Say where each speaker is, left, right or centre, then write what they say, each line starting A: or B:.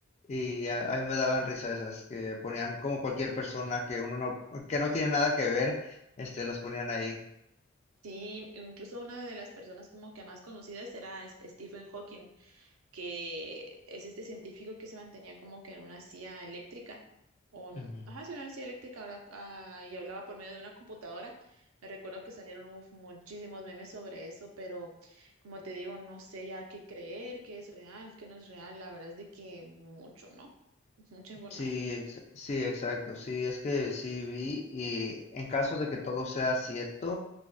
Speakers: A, on the left (about 30°); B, on the right (about 80°).
A: y a, a mí me daban risa esas, que ponían como cualquier persona que uno no, que no tiene nada que ver, este, las ponían ahí.
B: Sí, incluso una de las personas como que más conocidas era S- Stephen Hawking. que es este científico que se mantenía como que en una silla eléctrica, o en-
A: Ujú.
B: ajá, sí, una silla eléctrica habla- ah, y hablaba por medio de una computadora. Me recuerdo que salieron uf, muchísimos memes sobre eso, pero como te digo, no sé ya qué creer, qué es real, qué no es real. La verdad es de que mucho, ¿no? Es mucha información.
A: Sí, ex- sí, exacto. Sí, es que sí vi y en caso de que todo sea cierto,